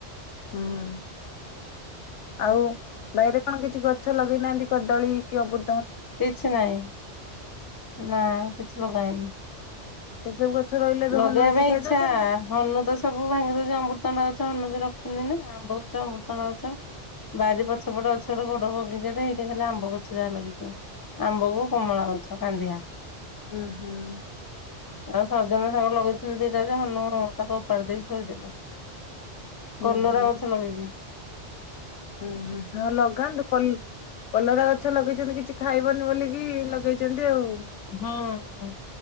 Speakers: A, on the left; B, on the left.
A: ହୁଁ ଆଉ ବାଇରେ କଣ କିଛି ଗଛ ଲଗେଇନାହାନ୍ତି କଦଳୀ କି ଅବୁ
B: କିଛି ନହିଁ। ନା କିଛି ଲଗା ହେଇନି
A: <unintelligible>
B: ଲଗେଇବା
A: ହନୁ ଆସି
B: ପାଇଁ
A: ଖାଇ
B: ଇଚ୍ଛା
A: ଦଉଛନ୍ତି
B: ହନୁ ତ ସବୁ ଭାଙ୍ଗି ଦଉଛି ଅମୃତଣ୍ଡା ଗଛ ହନୁ ବି ରଖ ଖୁନି ନା ଆମ୍ବ ଗଛ ମୃତଙ୍ଗ ଗଛ ବାରି ପଛପଟ ଅଛି ଗୋଟେ ବଡ ବଗିଚାଟେ ହେଇଟେ ଖାଲି ଆମ୍ବ ଗଛ ଯାହା ଲାଗିଚି ଆମ୍ବକୁ କମଳା ଗଛ କାନ୍ଧିଆ
A: ଉଁହୁଁ।
B: ଆଉ ସଜନା ଶାଗ ଲଗେଇଥିଲି ଦିଇଟା ଯ ହନୁ ତାକୁ ଉପାଡି ଦେଇ ଥୋଇଦେଲେ
A: ହୁଁ
B: କଲରା
A: ହୁଁ
B: ଗଛ ଲଗେଇବି
A: ହୁଁ ହୁଁ ହଁ ଲଗାନ୍ତୁ କଲ୍ କଲରା ଗଛ ଲଗେଇଚନ୍ତି କିଛି ଖାଇବନି ବୋଲିକି ଲଗେଇଚନ୍ତି ଆଉ।
B: ହୁଁ।